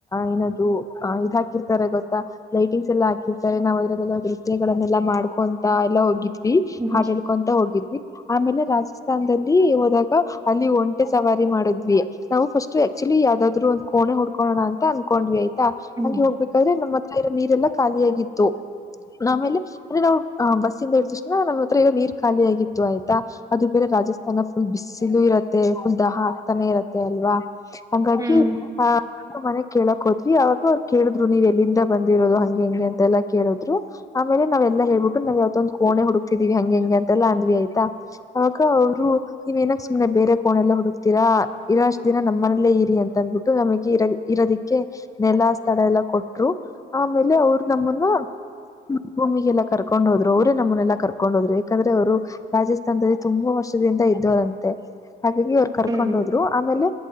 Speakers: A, on the left; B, on the right.
A: ಏನ ಅದು ಹ ಇದು ಹಾಕಿರ್ತಾರೆ ಗೊತ್ತಾ ಲೈಟಿಂಗ್ಸ್ ಎಲ್ಲಾ ಹಾಕಿರ್ತಾರೆ ನಾವ್ ಅದ್ರಲ್ಲ ನೃತ್ಯಗಳನ್ನೆಲ್ಲಾ ಮಾಡ್ಕೊಂಡ ಎಲ್ಲ ಹೋಗಿದ್ವಿ
B: ಹ್ಮ್
A: ಹಾಡ್ ಹೇಳ್ಕೊಂತ ಹೋಗಿದ್ವಿ ಆಮೇಲೆ ರಾಜಸ್ಥಾನದಲ್ಲಿ ಹೋದಾಗ ಅಲ್ಲಿ ಒಂಟೆ ಸವಾರಿ ಮಾಡಿದ್ವಿ ನಾವು ಫಸ್ಟ್ ಇ ಯಾವ್ದಾದ್ರು ಒಂದು ಕೋಣೆ ಹೂಡ್ಕೋಣ ಅನ್ಕೊಂಡ್ವಿ ಆ
B: ಹ್ಮ್
A: ಹಗೆ ಹೋಗ್ಬೇಕಾದ್ರೆ ನಮ್ಮ ಹತ್ರ ನೀರೆಲ್ಲಾ ಖಾಲಿಯಾಗಿತ್ತು ಆಮೇಲೆ ಅಂದ್ರೆ ನಾವು ಆ ಬಸ್ಸಿಂದ ಇ ಹೇಳ್ದ ತಕ್ಷಣ ನಮ್ಮ ಹತ್ರ ಎಲ್ಲ ನೀರ್ ಖಾಲಿ ಆಗತ್ತು ಆಯ್ತಾ ಅದು ಬೇರೆ ರಾಜಸ್ತಾನ ಫುಲ್ ಬಿಸಿಲು ಇ ಫುಲ್ ದಾಹಾ ಹಾಕ್ತಾನೆ ಇರುತ್ತೆ ಅಲ್ವಾ ಹಂಗಾಗಿ
B: ಹ್ಮ್
A: ಆಹ ಮನೆಗ್ ಕೇಳಕ ಹೋದ್ವಿ ಅವಾಗ ಅವ್ರು ಕೇಳಿದ್ರು ನೀವ ಎಲ್ಲಿಂದ ಬಂದಿರೋದು ಹಂಗೆ ಹಿಂಗೆ ಅಂತೆಲ್ಲ ಕೇಳಿದ್ರು ಲೆವಲ್ಲ ಹಳ್ಬೇಕು ನಾವ್ ಯಾವ್ದೊಂದ್ ಕೋಣೆ ಹುಡುಕ್ತಿದಿವವಿ ಹಂಗೆ ಹಿಂಗೆ ಅಂತೆಲ್ಲಾ ಅಂದ್ವಿ ಆಯ್ತಾ ಆಗ ಅವ್ರು ನೀವ್ಏನಕ್ಕೆ ಸುಮ್ನೆ ಬೇರೆ ಕೋಣೆಲ್ಲ ಹುಡುಕ್ತೀರಾ ಇರೊಷ್ಟ ದಿನ ನಮ್ಮ ಮನಲ್ಲೇ ಇರಿ ಅಂತ ಅಂದ್ಬಿಟ್ಟು ನಮಗೆ ಇರ ಅದಕ್ಕೆ ನೆಲ ಸ್ಥಳ ಎಲ್ಲ ಕೊಟ್ಟರು ಆ ಆ ಮೇಲೆ ಅವರು ನಮ್ಮನ್ನು ಭೂಮಿಗೆಲ್ಲ ಕರ್ ಕರ್ಕೊಂಡ್ ಹೋದ್ರು ಅವ್ರೇ ನಮ್ಮನ್ನೆಲ್ಲಾ ಕರ್ಕೊಂಡ್ ಹೋದ್ರು ಯಾಕಂದ್ರೆ ಅವ್ರು ರಾಜಸ್ಥಾನದಲ್ಲಿ ತುಂಬಾ ವರ್ಷದಿಂದ ಇದ್ದವರಂತೆ ಹಾಗಾಗಿ ಅವ್ರು ಕರ್ಕೊಂಡ್
B: ಹ್ಮ್
A: ಹೋದ್ರು ಆಮೇಲೆ